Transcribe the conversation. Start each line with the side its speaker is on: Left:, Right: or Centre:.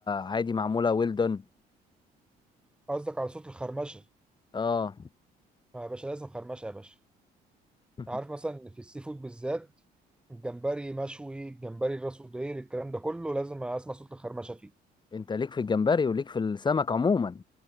Left: عادي معمولة ويل دون
Centre: قصدك على صوت الخرمشه
Left: اه
Centre: آه يا باشا لازم خرمشه يا باشا
Left: <laughs>
Centre: عارف مثلا في السي فود بالذات الجمبري مشوي الجمبري الراس وديل الكلام ده كله لازم اسمع صوت الخرمشه فيه
Left: انت ليك في الجمبري وليك في السمك عموما